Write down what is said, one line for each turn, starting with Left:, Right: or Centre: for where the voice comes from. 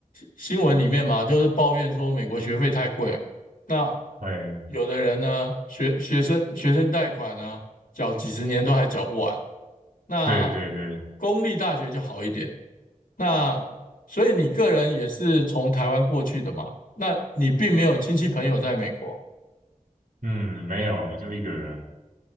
Left: 新闻里面嘛，就是抱怨说美国学费太贵啊。那
Right: 会，
Left: 有的人呢，学学生学生贷款呢，缴几十年都还缴不完。那
Right: 对对对，
Left: 公立大学就好一点。那所以你个人也是从台湾过去的嘛？那你并没有亲戚朋友在美国。
Right: 嗯，没有哎，就一个人，